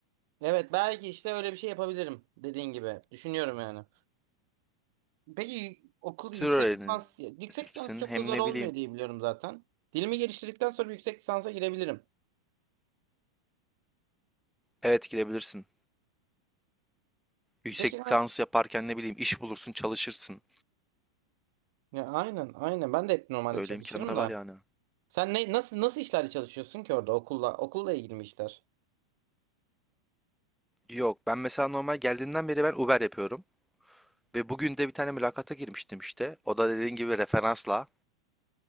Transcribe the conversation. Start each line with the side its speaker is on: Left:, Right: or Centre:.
Right: Evet belki işte öyle bir şey yapabilirim dediğin gibi. Düşünüyorum yani. Peki y- okul
Centre: Tür
Right: yüksek
Centre: öğrenirsin
Right: lisans yüksek lisans çok
Centre: hem
Right: da zor
Centre: ne
Right: olmuyor
Centre: bileyim.
Right: diye biliyorum zaten. Dilimi geliştirdikten sonra bir yüksek lisansa girebilirim.
Centre: Evet girebilirsin. Yüksek
Right: Peki
Centre: lisans
Right: ben
Centre: yaparken ne bileyim iş bulursun çalışırsın.
Right: ya aynen aynen ben de hep normalde
Centre: Öyle
Right: çalışırım
Centre: imkanlar var
Right: da.
Centre: yani.
Right: Sen ne nasıl nasıl işlerle çalışıyorsun ki orada okulla okulla ilgili mi işler?
Centre: Yok ben mesela normal geldiğinden beri ben Uber yapıyorum. Ve bugün de bir tane mülakata girmiştim işte. O da dediğin gibi referansla.